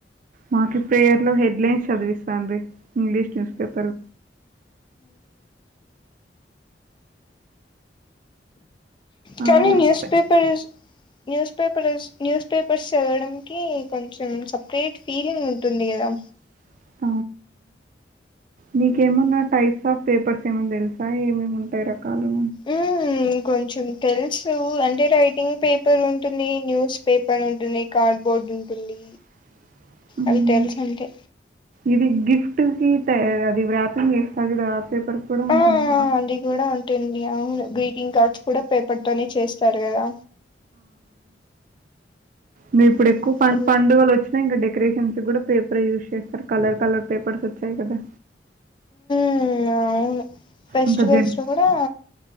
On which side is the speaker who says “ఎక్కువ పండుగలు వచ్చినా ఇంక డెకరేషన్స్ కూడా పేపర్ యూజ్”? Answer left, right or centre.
Right